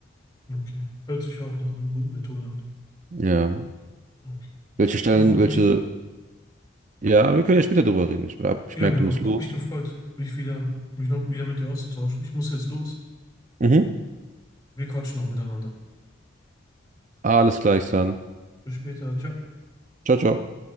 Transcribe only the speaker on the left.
Okay. Hört sich auch nach einer guten Methode an.
Okay.
Oh, hat
mich,
ja
genau,
hat mich gefreut, mich wieder, mich noch wieder mit dir auszutauschen. Ich muss jetzt los.
Wir quatschen noch miteinander.
Bis später. Ciao.